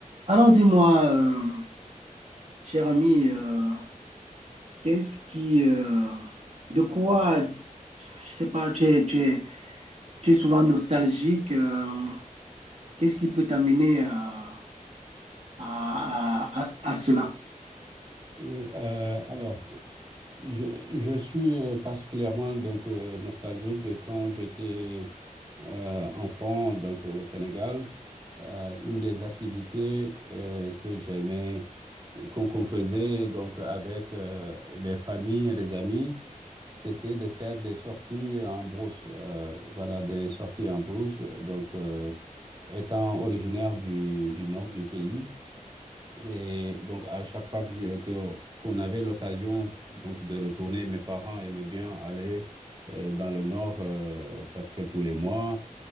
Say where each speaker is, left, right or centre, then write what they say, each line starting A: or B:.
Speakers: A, on the right; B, on the right.
A: Alors dis-moi, euh, cher ami, euh, qu'est-ce qui, euh, de quoi, je sais pas, tu es, tu es, tu es souvent nostalgique, euh, qu'est-ce qui peut t'amener à, à, à, à à cela?
B: Oui, euh, alors, je, je suis euh, particulièrement donc, euh, nostalgique de quand j'étais euh, enfant donc, euh, au Sénégal. Euh, une des activités euh, que j'aimais, euh, qu'on qu'on faisait donc, avec euh, les familles et les amis, c'était de faire des sorties en brousse. euh, voilà, des sorties en brousse. Donc, euh, étant originaire du, du nord du pays, et donc, à chaque fois que je- que- qu'on avait l'occasion donc de retourner, mes parents aimaient bien aller euh, dans le nord euh, presque tous les mois.